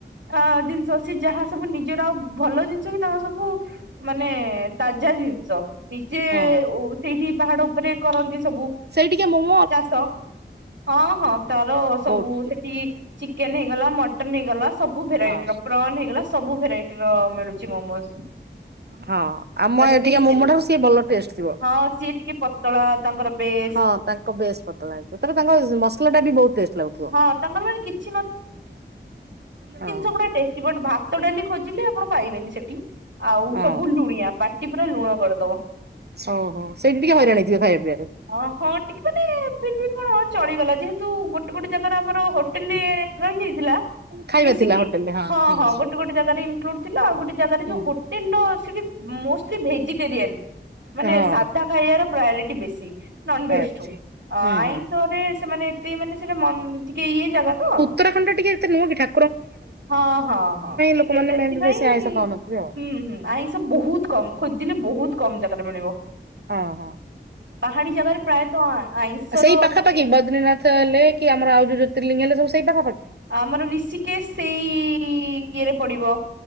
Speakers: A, on the right; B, on the right.
A: ଆ ଜିନିଷ ଅଛି ଯାହା ସବୁ ନିଜର ଆଉ ଭଲ ଜିନିଷ ବି ତାଙ୍କର ସବୁ ମାନେ ତାଜା ଜିନିଷ ନିଜେ
B: ହଁ।
A: ସେଇଠି ପାହାଡ ଉପରେ କରନ୍ତି ସବୁ।
B: ସେଇଟିକା ମୋମ୍
A: ଚାଷ ହଁ ହଁ ତାର ସବୁ
B: ବହୁତ
A: ସେଠି ଚିକେନ ହେଇଗଲା ମଟନ ହେଇଗଲା ସବୁ ଭେରାଇଟିର
B: ହଁ
A: ପ୍ରନ୍ ହେଇଗଲା ସବୁ ଭେରାଇ ର ମିଳୁଛି ମୋମୋସ୍।
B: ହଁ ଆମ
A: <unintelligible>
B: ଏଠିକା
A: ଦେଲେ
B: ମୋମୋ ଠାରୁ ସିଏ ଭଲ ଟେଷ୍ଟ ଥିବ।
A: ହଁ ସିଏ ଟିକେ ପତଳା ତାଙ୍କର ବେସ୍
B: ହଁ ତାଙ୍କ ବେସ୍ ପତଳା। ସେତେବେଳେ ତାଙ୍କ ମସଲା ଟା ବି ବହୁତ ଟେଷ୍ଟ ଲାଗୁଥିବ
A: ହଁ ତାଙ୍କର ମାନେ କିଛି
B: ହଁ।
A: ପୁରା ଟେଷ୍ଟି ଵଟ୍ ଭାତ ଡାଲି ଖୋଜିଲେ। ଆପଣ ପାଇବେନି ସେଠି ଆଉ
B: ହଁ
A: ସବୁ ଲୁଣିଆ ପାଟି ପୁରା ଲୁଣ କରିଦବ।
B: ଓହୋ ସେଇି ଟିକେ ହଇରାଣ ହେଥିବେ ଖାଇବା ପିଇରେ।
A: ଅ ହଁ ଟିକେ ମାନେ ଫ ବି କଣ ଚଳିଗଲା ଯେହେତୁ ଗୋଟେ ଗୋଟେ ଜାଗାରେ ଆମର ହୋଟେଲ ରହିଯାଇଛି। ହେଲା
B: ଖାଇବା
A: ମିଶିକି
B: ଥିଲା ହୋଟେଲରେ
A: ହଁ
B: ହୁଁ
A: ହଁ
B: ହୁଁ।
A: ଗୋଟେ ଗୋଟେ ଜାଗ ଇନକ୍ଲୁଡ ଥିଲା ଆଉ ଗୋଟେ ଜାଗାରେ
B: ହୁଁ।
A: ଯୋଉ ହୋଟେଲ ର ସେଠି ମଲି ଭେଜିଟେରିଆନ୍ ମାନେ
B: ହଁ
A: ସାଧା ଖାଇବାର ପ୍ରାୟୋରିଟି ବେଶୀ ନନଭେଜଠୁ।
B: ଅଛି
A: ଅ
B: ହୁଁ
A: ଆଇଁଷରେ
B: ହୁଁ
A: ସେମାନେ ଏତେ ମାନେ ସେଟା ଟିକେ ଇଏ ଜାଗା ତ
B: ଉତ୍ରାଖଣ୍ଡ ଟିକେତ ନହଁ କିଠା
A: ହଁ ହଁ ହଁ
B: ଲୋକମାନେ
A: ଟିକେ ସେଥିପାଇଁ
B: ମେବି ବେଶୀ
A: ହୁଁ
B: ଆଇଁଷ ଖାଉନଥିବେ ଆଉ
A: ହୁଁ। ଆ ଏସବୁ ବହୁତ କମ ଖୋଜିଲେ ବହୁତ କମ ଜାଗାରେ ମିଳିବ।
B: ଓ ହୋ।
A: ପାହାଡି ଜାଗାରେ ପ୍ରାୟତଃ ଆଇଁସର
B: ସେଇ ପାଖାପାଖି
A: ଟିକେ
B: ବଦ୍ରିନାଥ ହେଲେ କି ଆମର ଆଉ ଜ୍ୟୋତିଲିଙ୍ଗ ହେଲେ ସବୁ ପାଖପଖେ
A: ଆମର ଋଷିକେଶ ସେଇ ଇଏରେ ପଡିବ।